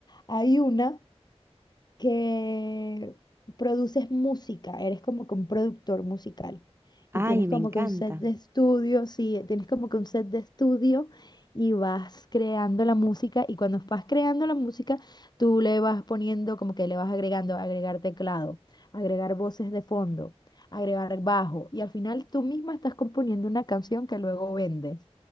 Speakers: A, on the left; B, on the right.
A: Hay una que produces música, eres como que un productor musical
B: Ay,
A: y tienes
B: me
A: como
B: encanta.
A: que un set de estudio, sí, tienes como que un set de estudio y vas creando la música y cuando vas creando la música, tú le vas poniendo como que le vas agregando, agregar teclado, agregar voces de fondo, agregar bajo y al final tú misma estás componiendo una canción que luego vendes.